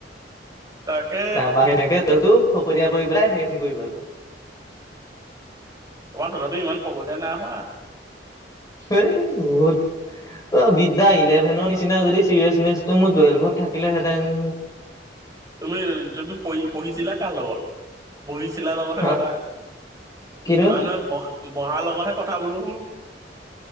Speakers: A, on the right; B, on the left.
A: তাকে
B: তাৰপা সেনেকে তই খকতীয়া কৰি পেলাই সেইখন কৰি পেলাল।
A: তোমাৰ তথাপিও ইমান ফকতিয় নাই হোৱা।
B: এই বহুত অ বিদ্যা ইলেভেনৰ নিচিনা যদি চিৰিয়াচনেচটো মোৰ টুৱেলভত থাকিলেহেতেন
A: তুমি তুমি পঢ়ি-পঢ়িছিলা কাৰ লগত? বহি চিলাৰ লগতহে
B: হা
A: কথা,
B: কিটো
A: মানুহে ব-বহাৰ লগতহে কথা বোলো।